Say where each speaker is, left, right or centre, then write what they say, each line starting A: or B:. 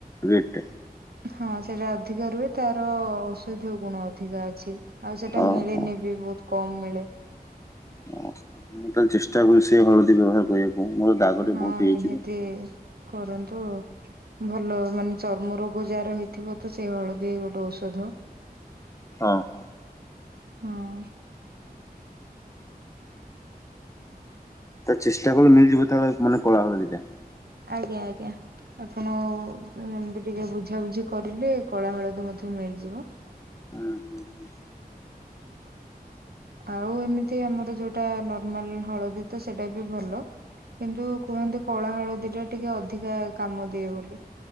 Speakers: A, on the left; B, on the right.
A: ରେଟ ଟା।
B: ହଁ ସେଇଟା ଅଧିକା ରୁହେ ତାର ଔଷଧୀୟ ଗୁଣ ଅଧିକା ଅଛି। ଆଉ ସେଟା
A: ଓହୋ।
B: ମିଳେନି ବି ବହୁତ କମ୍ ମିଳେ।
A: ଓ ମୁଁ ତାହେଲେ ଚେଷ୍ଟା କରୁଛି ସେଇ ହଳଦୀ ବ୍ୟବହାର କରିବାକୁ ମୋର ଦାଗରେ
B: ହଁ
A: ବହୁତ ହେଇଯାଇଛି
B: ନିହାତି
A: ତ।
B: କରନ୍ତୁ ଭଲ ମାନେ ଚର୍ମ ରୋଗ ଯାହାର ହେଇଥିବ ତ ସେଇ ହଳଦୀ ଗୋଟେ ଔଷଧ
A: ହଁ -ହଁ।
B: ହଁ।
A: ତ ଚେଷ୍ଟା କଲେ ମିଳିଯିବ ତା ମାନେ କଳା ହଳଦୀ ଟା।
B: ଆଜ୍ଞା -ଆଜ୍ଞା ଆପଣ ଏମିତି ଟିକେ ବୁଝାବୁଝି କରିଲେ କଳା ହଳଦୀ ମଧ୍ୟ ମିଳିଯିବ।
A: ହୁଁ -ହୁଁ -ହୁଁ।
B: ଆଉ ଏମିତି ଆମର ଯୋଉଟା ନର୍ମାଲ ହଳଦୀ ତ ସେଇଟା ବି ଭଲ। କିନ୍ତୁ କୁହନ୍ତି କଳା ହଳଦୀ ଟା ଟିକେ ଅଧିକା କାମ ଦିଏ ବୋଲି।